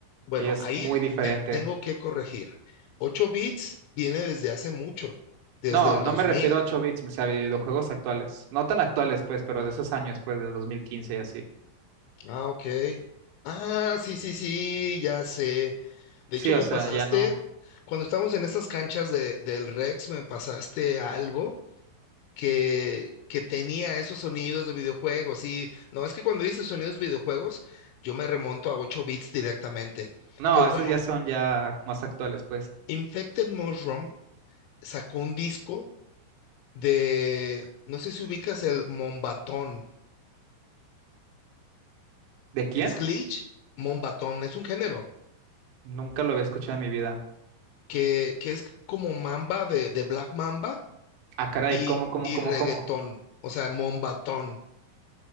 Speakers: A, on the left (about 80°); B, on the right (about 75°).
A: Bueno,
B: y es
A: ahí
B: muy diferente.
A: te tengo que corregir. 8 bits viene desde hace mucho, desde
B: No,
A: el
B: no
A: dos
B: me refiero
A: mil.
B: a 8 bits, me sea, videojuegos actuales. No tan actuales, pues, pero de esos años, pues, del 2015 y así.
A: Ah, ok. Ah, sí, sí, sí, ya sé. De
B: Sí,
A: hecho,
B: o
A: me
B: sea,
A: pasaste,
B: ya no.
A: cuando estábamos en estas canchas de, del Rex, me pasaste algo que, que tenía esos sonidos de videojuegos. Sí, no, es que cuando dices sonidos videojuegos, yo me remonto a 8 bits directamente.
B: No,
A: Pero
B: esos
A: bueno,
B: ya son ya más actuales, pues.
A: Infected Mushroom sacó un disco de, no sé si ubicas el Mombatón.
B: ¿De quién?
A: ¿Es glitch? Mombatón, es un género.
B: Nunca lo había escuchado en mi vida.
A: que, que es como Mamba de, de Black Mamba
B: Ah, caray,
A: y,
B: ¿cómo, cómo,
A: y
B: cómo,
A: reggaetón,
B: cómo?
A: o sea, Mombatón.